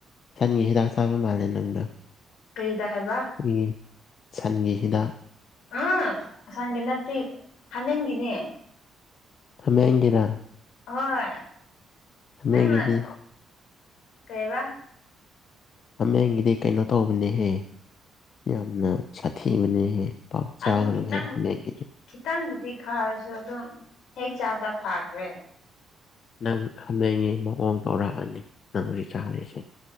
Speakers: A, on the left (about 55°); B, on the left (about 80°).
A: ꯁꯟꯒꯤ ꯍꯤꯗꯥꯛ ꯆꯥꯕ ꯃꯥꯜꯂꯦ ꯅꯪꯗꯣ
B: ꯀꯩ ꯍꯤꯗꯥꯛ ꯍꯥꯏꯕ
A: ꯑꯩꯈꯣꯏꯒꯤ ꯁꯟꯒꯤ ꯍꯤꯗꯥꯛ
B: ꯑꯥ ꯁꯟꯒꯤ ꯅꯠꯇꯦ ꯍꯃꯦꯡꯒꯤꯅꯦ
A: ꯍꯥꯃꯦꯡꯒꯤꯔꯥ
B: ꯍꯣꯏ
A: ꯍꯥꯃꯦꯡꯒꯤꯗꯤ
B: ꯅꯪꯅ ꯀꯩꯌꯦꯕ
A: ꯍꯥꯃꯦꯡꯒꯤꯗꯤ ꯀꯩꯅꯣ ꯇꯧꯕꯅꯦꯍꯦ ꯌꯥꯝꯅ ꯁꯥꯊꯤꯕꯅꯦꯍꯦ ꯄꯥꯛ ꯆꯥꯒꯅꯨꯍꯦ
B: ꯑꯗꯨꯁꯨ ꯈꯤꯇꯪꯕꯨꯗꯤ
A: ꯍꯃꯦꯡꯒꯤꯗꯤ
B: ꯈꯤꯇꯪꯕꯨꯗꯤ ꯈꯥꯔꯁꯨ ꯑꯗꯨꯝ ꯍꯦꯛ ꯆꯥꯕꯗ ꯐꯥꯈ꯭ꯔꯦ
A: ꯅꯪ ꯍꯥꯃꯦꯡꯒꯤ ꯃꯑꯣꯡ ꯇꯧꯔꯛꯑꯅꯤ ꯅꯪ ꯍꯨꯖꯤꯛ ꯆꯥꯔꯤꯁꯦ